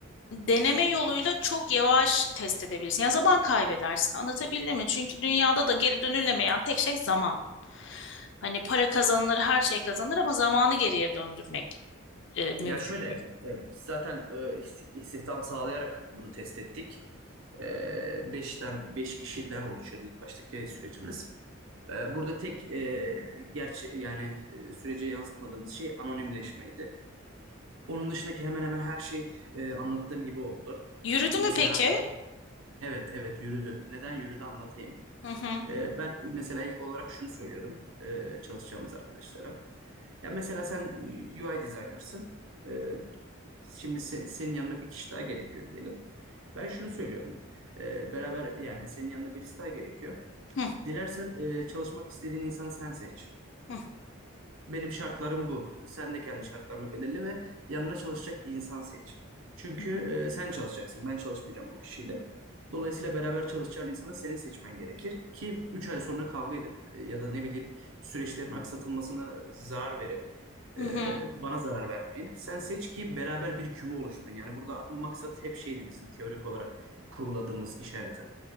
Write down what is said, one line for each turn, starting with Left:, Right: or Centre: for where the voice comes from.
Left: deneme yoluyla çok yavaş test edebilirsin. Ya zaman kaybedersin. Anlatabildim mi? Çünkü dünyada da geri dönülemeyen tek şey zaman. Hani para kazanılır, her şey kazanılır ama zamanı geriye döndürmek e, mümkün
Right: Ya şöyle,
Left: değil.
Right: e, biz zaten e, isti- istihdam sağlayarak bunu test ettik. E, beşten, beş kişiden oluşuyordu ilk baştaki sürecimiz. E, burada tek e, gerçi yani e, sürece yansıtmadığımız şey anonimleşmeydi. Onun dışındaki hemen hemen her şey e, anlattığım gibi oldu.
Left: Yürüdü
Right: Mesela
Left: mü peki?
Right: evet evet yürüdü. Neden yürüdü anlatayım.
Left: Hı hı.
Right: Ee, ben mesela ilk olarak şunu söylüyordum e, çalışacağımız arkadaşlara. Ya mesela sen e, UI designer'sın. Ee, şimdi se- senin yanına bir kişi daha gerekiyor diyelim. Ben şunu söylüyordum. Ee, beraber yani senin yanına birisi daha gerekiyor.
Left: Hı
Right: Dilersen e, çalışmak istediğin insanı sen seç.
Left: hı.
Right: Benim şartlarım bu. Sen de kendi şartlarını belirle ve yanına çalışacak bir insan seç. Çünkü
Left: Hı hı.
Right: e, sen çalışacaksın. Ben çalışmayacağım bu kişiyle. Dolayısıyla beraber çalışacağın insanı senin seçmen gerekir ki 3 ay sonra kavga edip e, ya da ne bileyim süreçlerin aksatılmasına zarar verip e,
Left: Hı hı.
Right: bana zarar vermeyin. Sen seç ki beraber bir küme oluşturun. Yani burada maksat hep şeydi bizim teorik olarak kurguladığımız iş hayatı.